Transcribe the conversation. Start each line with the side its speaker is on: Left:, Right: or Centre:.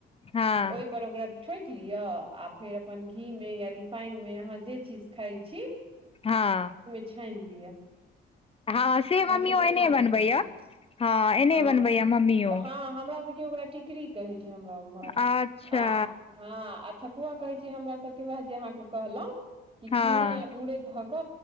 Left: हँ
Right: ओहि पर ओकरा छठँटि लिअ आ फेर अपन घीमे या रिफाइनमे अहाँ जे चीज खाइत छी।
Left: हँ।
Right: छान लिय
Left: हँ से मम्मी
Right: हमसब
Left: ओ
Right: तऽ
Left: एने
Right: एना बनबै
Left: बनबैया
Right: छियै।
Left: एने
Right: हँ
Left: बनबैया मम्मीयो
Right: तऽ हँ हमरा सबके ओकरा टिकरी हमरा उमर
Left: अच्छा
Right: आ ह आ ठकुआ कहै छै हमरा ताइके बाद जे अहाँके कहलहुँ कि
Left: हँ
Right: चिनी य गुड़े धक